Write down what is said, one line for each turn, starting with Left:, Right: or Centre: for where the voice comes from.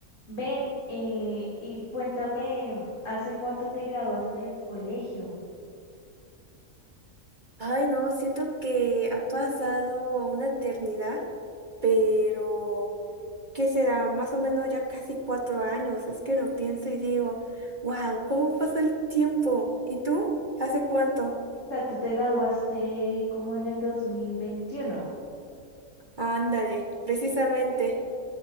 Left: Ven, eh, y cuéntame, mm, ¿hace cuánto te graduaste del colegio? O
Right: Ay, no, siento que ha pasado una eternidad, pero ¿qué será? Más o menos ya casi cuatro años. Es que lo pienso y digo, wow, ¿cómo pasa el tiempo? ¿Y tú? ¿Hace cuánto?
Left: sea, tú te graduaste como en el 2021,
Right: Ándale, precisamente.